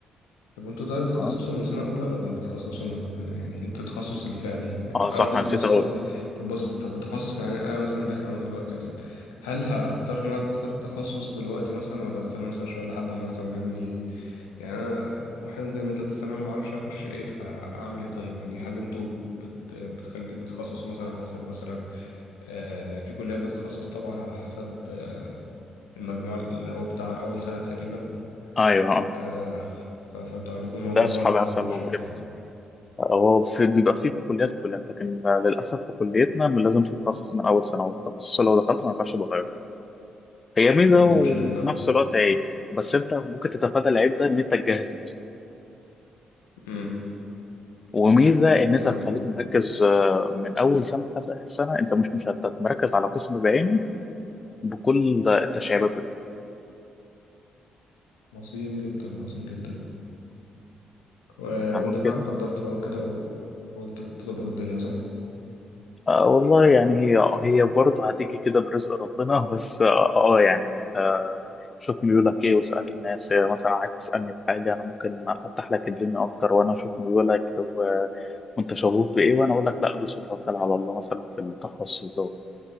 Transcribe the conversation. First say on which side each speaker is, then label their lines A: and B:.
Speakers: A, on the left; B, on the left.
A: طب انتوا طيب بتخصصوا
B: اه
A: من سنة أولى ولا بتخصصوا من يعني انتوا التخصص الفعلي يعني انتوا-
B: آه، صح
A: قصدي
B: نسيت
A: تخصص
B: أقول
A: قصدي طب بص طب التخصص يعني أنا مثلا داخل أهو دلوقتي مثلا هل ه- هضطر إن أنا أختار التخصص دلوقتي مثلا ولا أستنى مثلا شوية لحد ما أفهم لأني يعني أنا واحد جاي من تالتة ثانوي معرفش أخش إيه فأعمل إيه طيب يعني هل انتوا بت بتخلي بتخصصوا مثلا على حسب مثلا آه في كلية بتتخصص طبعا على حسب آه المجموع اللي هو بتاع أول سنة تقريبا
B: أيوه آه.
A: آه ف- فانتوا عندكم الموضوع
B: ده أصحابي
A: ده ولا ما عندكمش
B: حصل لهم
A: ولا
B: كده
A: إيه؟
B: هو في بيبقى فيه في كليات وكليات لكن للأسف في كليتنا لازم تتخصص من أول سنة والتخصص لو دخلته ما ينفعش تغيره هي ميزة
A: امم
B: وفي
A: دي مشكلة فعلا
B: نفس الوقت عيب بس أنت ممكن تتفادى العيب ده إن أنت تجهز نفسك
A: امم
B: وميزة إن أنت
A: تمام
B: تخليك مركز آه، من أول سنة لحد آخر سنة أنت مش مشتت مركز على قسم بعينه بكل التشعيبات بتاعته
A: عظيم جدا عظيم جدا و...
B: تمام
A: وانت
B: كده
A: فعلا حضرت بقى وكده وحاولت تظبط الدنيا صح؟
B: آه والله يعني هي هي برضه هتيجي كده برزق ربنا بس اه آه، يعني انت شوف ميولك ايه واسأل الناس آه، مثلا عايز تسألني في حاجة انا ممكن افتح لك الدنيا اكتر وانا اشوف ميولك و- وانت شغوف بايه وانا اقول لك لا دوس وتوكل على الله مثلا في التخصص ده